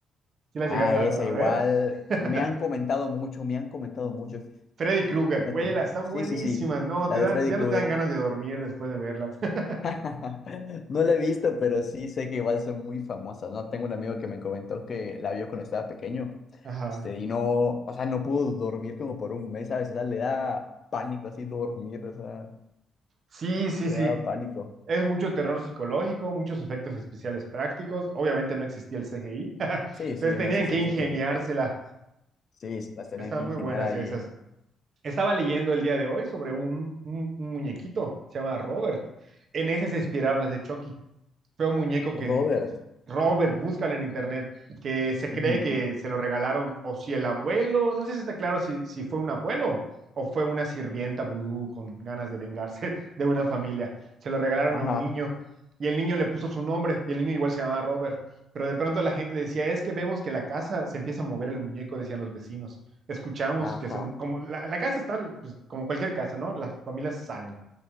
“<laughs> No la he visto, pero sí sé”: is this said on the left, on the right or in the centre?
Left